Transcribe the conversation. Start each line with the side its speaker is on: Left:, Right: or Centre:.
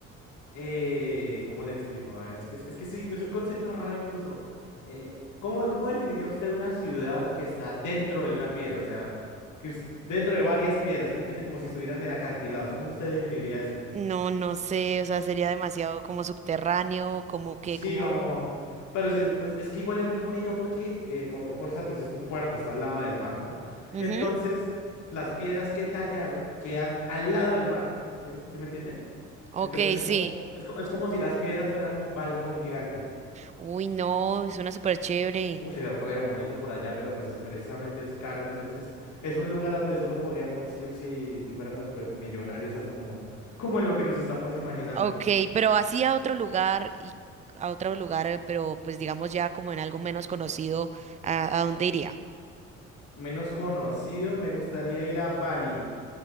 Left: eh, ¿cómo le explico? A ver, es que, es que sí, es un concepto raro incluso. eh, ¿cómo, cómo definiría usted una ciudad que está dentro de una piedra? O sea... que es dentro de varias piedras, ¿sí me entiende? Como si estuvieran en acantilados. ¿Cómo usted definiría eso?
Right: No, no sé, o sea, sería demasiado como subterráneo, como que,
Left: Sí,
Right: como...
Left: como... Pero sí, es, es que igual es muy bonito porque eh, Puerto Corsa pues es un puerto, está al lado del mar, ¿no?
Right: Ujú,
Left: Entonces, las piedras que tallaron quedan al lado del mar, ¿sí? ¿Sí me entiende?
Right: Ok,
Left: Entonces es
Right: sí.
Left: como, es, co- es como si las piedras fueran un balcón gigante.
Right: Uy, no, suena súper chévere.
Left: Uy, es re bonito por allá, pero pues es- precisamente es caro, entonces es un lugar a donde solo podríamos ir si, si fuéramos pues millonarios, así como, como en lo que nos estamos imaginando.
Right: Ok, pero así a otro lugar y a otro lugar, eh, pero pues digamos ya como en algo menos conocido, ¿a, a dónde iría?
Left: Menos conocido, me gustaría ir a Bali.